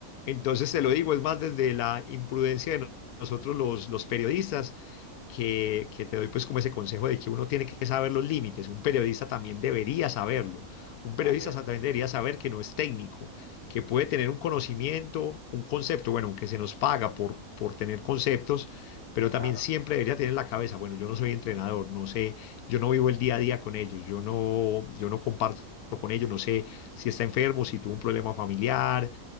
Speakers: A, on the left (about 85°); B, on the right (about 45°).
A: Entonces te lo digo, es más desde la imprudencia de nosotros los, los periodistas, que, que te doy pues como ese consejo de que uno tiene que saber los límites, un periodista también debería saberlo, un periodista
B: también,
A: también
B: sí,
A: debería
B: sí,
A: saber que no es técnico, que puede tener un conocimiento, un concepto, bueno, aunque se nos paga por, por tener conceptos, pero
B: claro.
A: también siempre debería tener en la cabeza, bueno, yo no soy entrenador, no sé, yo no vivo el día a día con ellos, yo no, yo no comparto con ellos, no sé si está enfermo, si tuvo un problema familiar,